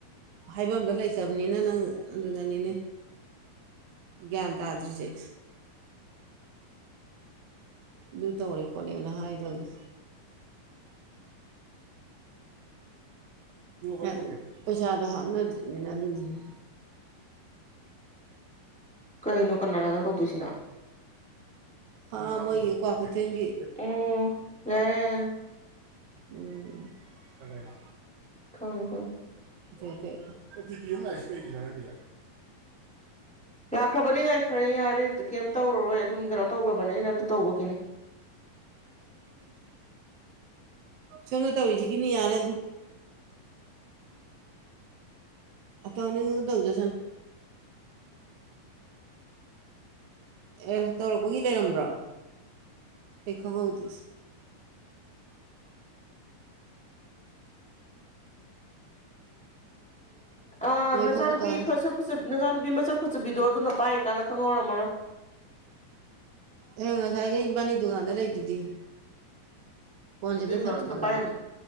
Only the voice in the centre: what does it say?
ꯀꯔꯤꯅꯣ ꯀꯅꯥꯗꯥꯅꯣ ꯇꯧꯗꯣꯏꯁꯤꯅ
ꯎꯝ ꯌꯥꯔꯦ ꯌꯥꯔꯦ
ꯍꯪ ꯍꯣꯏ
ꯂꯥꯛꯈ꯭ꯔꯕꯅꯤ ꯉꯥꯏꯈ꯭ꯔꯦ ꯌꯥꯔꯦ ꯀꯩꯝ ꯇꯧꯔꯔꯣꯏ ꯑꯗꯨꯝ ꯀꯩꯅꯣ ꯇꯧꯈ꯭ꯔꯕꯅꯤ ꯑꯩꯅ ꯑꯗꯨ ꯇꯧꯕꯒꯤꯅꯤ
ꯑꯁ ꯅꯆꯥꯅꯨꯄꯤ
ꯃꯁꯛ ꯅꯆꯥꯅꯨꯄꯤ ꯃꯁꯛ ꯐꯖꯕꯤꯗꯣ ꯑꯗꯨꯅ ꯄꯥꯏ ꯀꯥꯟꯅ ꯈꯪꯍꯧꯔꯝꯃꯔꯣꯏ
ꯑꯗꯨꯏ ꯃꯔꯛ
ꯇꯨꯗꯥ ꯄꯥꯏꯔꯝ